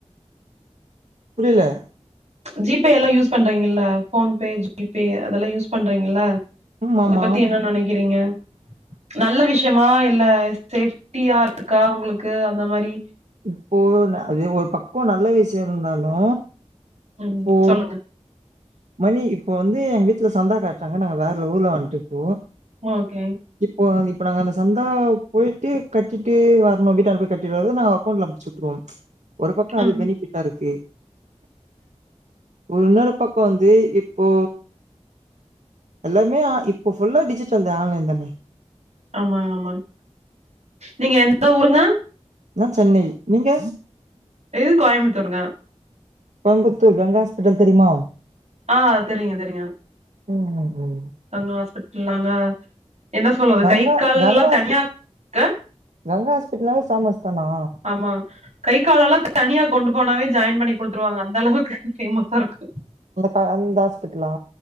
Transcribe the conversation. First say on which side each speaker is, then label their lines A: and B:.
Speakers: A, on the right; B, on the right.
A: புரில
B: ஜிபே எல்லா யூஸ் பண்றீங்கல்ல ஃபோன்பே ஜிபே அதெல்லா யூஸ் பண்றீங்கல்ல
A: ம்
B: அத
A: ஆமா
B: பத்தி என்ன நெனக்கிறீங்க நல்ல விஷ்யமா இல்ல சேஃப்டியா இருக்கா உங்குளுக்கு அந்த மாரி
A: இப்போ அது ஒரு பக்கோ நல்ல விஷ்யோ இருந்தாலு
B: ம்
A: இப்போ
B: சொல்லுங்க
A: மணி இப்போ வந்து எங்க வீட்ல சந்தா காட்றாங்க நாங்க வேற ஊர்ல வன்ட்றுப்போ
B: ஓகே
A: இப்போ இப்ப நாங்க அந்த சந்தா போயிட்டு கட்டிட்டு வரனு வீட்டான்ட போய் கட்டிட்டு வறது நாங்க அக்கௌண்ட்ல அமிச்சு விட்ருவோ ஒரு பக்கோ அது
B: ம்.
A: பெனிஃபிட்டாருக்கு ஒரு இன்னொரு பக் கோ வந்து இப்போ எல்லாமே இப்போ ஃபுல்லா டிஜிட்டல் தா ஆன்லைன் தானே
B: ஆமாங்க ஆமாங் நீங்க எந்த ஊருங்க
A: நா சென்னை நீங்க
B: இது கோயம்முத்தூர்ங்க
A: கோயம்புத்தூர் கங்கா ஹாஸ்பிட்டல் தெரிமா
B: ஆ தெரிங்க தெரிங்க
A: ம் ம்
B: கங்கா ஹாஸ்பிட்டல்லாங்க என்ன சொல்றது
A: கங்கா
B: கை கால்லா
A: கங்கா
B: தனியா
A: ஹாஸ்பி
B: க
A: கங்கா ஹாஸ்பிட்டல்னாவே ஃபேமஸ் தானா
B: ஆமா கை காலலா தனியா கொண்டு போனாவே ஜாயின் பண்ணி குடுத்துருவாங்க அந்தளவுக்கு ஃபேமஸாருக்கு
A: அந்த கா அந்த ஹாஸ்பிட்லா